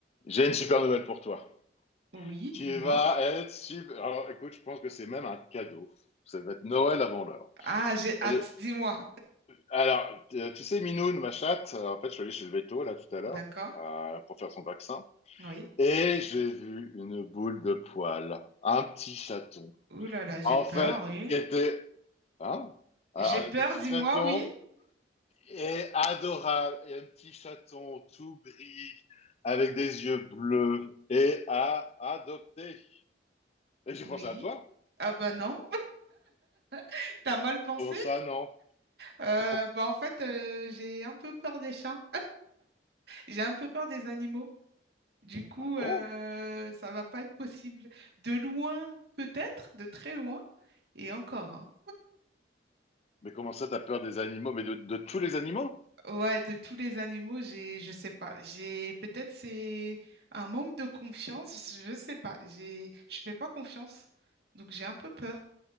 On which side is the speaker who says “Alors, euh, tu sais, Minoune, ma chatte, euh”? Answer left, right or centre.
Left